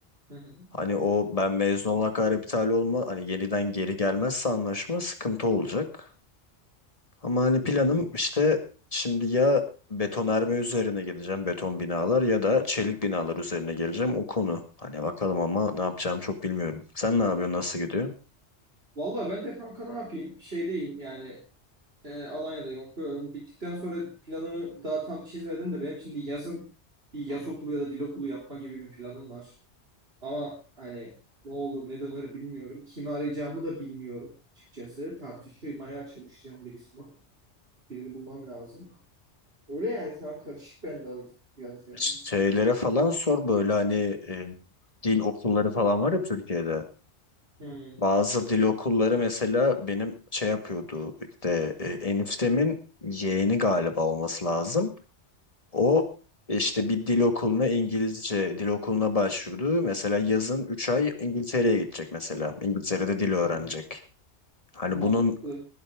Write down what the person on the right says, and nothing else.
Hı hı.
Hı.
Vallahi ben de kanka ne yapayım? Şeydeyim yani e, Alanya'dayım okuyorum. Bittikten sonra planımı daha tam çizmedim de benim şimdi yazın bir yaz okulu ya da dil okulu yapma gibi bir planım var. Ama hani ne olur ne döner bilmiyorum. Kimi arayacağımı da bilmiyorum açıkçası. Tartışmaya çalışacağım birisini. Birini bulmam lazım. Öyle yani şu an karışık bende biraz yani.
Hı.
Hı.
Mantıklı.